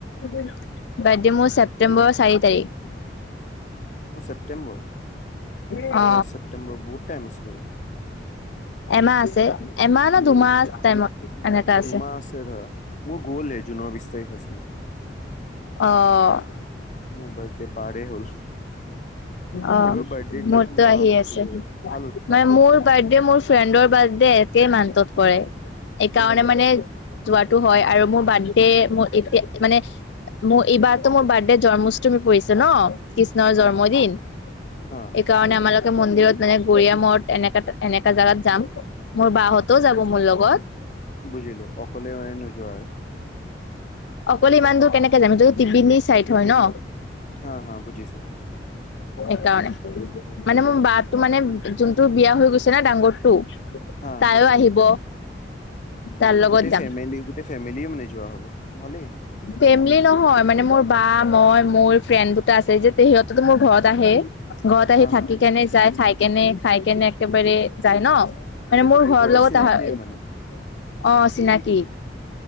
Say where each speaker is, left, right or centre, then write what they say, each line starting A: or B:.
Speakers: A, on the left; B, on the left.
A: বাৰ্থডে মোৰ ছেপ্তেম্বৰৰ চাৰি তাৰিখ।
B: ছেপটেম্বৰ?
A: অ
B: আগষ্ট, ছেপটেম্বৰ বহুত টাইম আছে চুন।
A: এমাহ আছে এমাহ নে দুমাহ
B: উম।
A: টাইমত
B: দু-
A: এনেকা আছে।
B: <unintelligible> হে জুনৰ বিশ তাৰিখ আছিলে।
A: অ'।
B: মোৰ বাৰ্থডে পাৰ্টি হ'ল।
A: অ',
B: এইবাৰ বাৰ্থডেৰ দিনাখন
A: মোৰতো
B: বাপৰে
A: আহি আছে।
B: ভাল উৎপাত
A: মানে মোৰ বাৰ্থডে মোৰ ফ্ৰেণ্ডৰ বাৰ্থডে একে মানটত কৰে এইকাৰণে
B: অ অ
A: মানে যোৱাটো হয় আৰু মোৰ বাৰ্থডে মোৰ এতিয়া মানে মোৰ এইবাৰতো মোৰ বাৰ্থডে জন্মষ্টমী পৰিছে ন? কৃষ্ণৰ
B: হা
A: জন্মদিন।
B: হা হা
A: সেইকাৰণে আমালোকে মন্দিৰত মানে গ়য়া মত এনেকা-এনেকা জেগাত যাম। মোৰ বাহঁতও যাব মোৰ লগত।
B: বুজিলোঁ, অকলে মানে নোযোৱা আৰু।
A: অকলে ইমান দূৰ কেনেকে জাম, যুত টিপি <unintelligible> ছাইড হয় ন।
B: অ', শ', বুজিছোঁ।
A: এইকাৰণে। মানে মোৰ বাঁহটো মানে যোনটো বিয়া হৈ গৈছে না ডাঙৰটো
B: হা।
A: তাইও আহিব। তাৰ
B: অ',
A: লগত
B: গোটেই
A: যাম
B: ফেমেলি- গোটেই ফেমেলি মানে যোৱা হ'ব, ভালেই।
A: ফেমলি নহয় মানে মোৰ বা, মই, মোৰ ফ্ৰেণ্ড দুটা আছে যে সিহঁতেতো মোৰ ঘৰত আহে। ঘৰত
B: হা
A: আহি থাকি
B: হা
A: কেনে যায় খাই কেনে খাই কেনে একেবাৰে যায় ন? মানে মোৰ
B: অ
A: ঘৰ
B: ঘৰৰ
A: লগত
B: চিনাকিয়ে
A: টাহা অ',
B: মানে
A: চিনাকি।